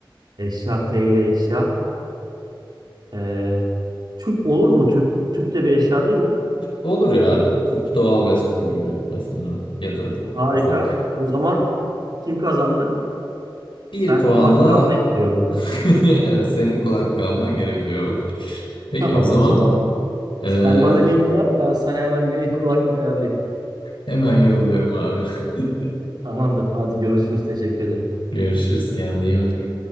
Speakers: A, on the right; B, on the left.
A: eşya T ile eşya. Ee, tüp olur mu tüp? Tüp de bir eşya değil mi?
B: Olur ya. Tüp doğalgaz tüpü gibi mesela ya da
A: Harika.
B: ufak.
A: O zaman kim kazandı?
B: Bir
A: Ben
B: puanla
A: kulaklık almaya gidiyorum.
B: <laughs>
A: <laughs>
B: evet, senin kulak kalman gerekiyor. Peki
A: Tamam
B: o zaman
A: o zaman.
B: eee,
A: Sen bana linkini at ben sana hemen bir kulaklık ayarlayayım.
B: hemen yolluyorum abi. <laughs>
A: Tamamdır. Hadi görüşürüz. Teşekkür ederim.
B: Görüşürüz kendine iyi bak.